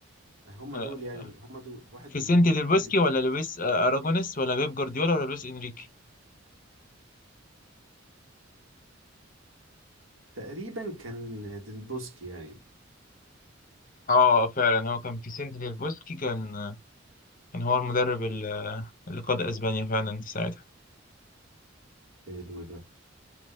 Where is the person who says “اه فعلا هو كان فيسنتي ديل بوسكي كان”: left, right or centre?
Left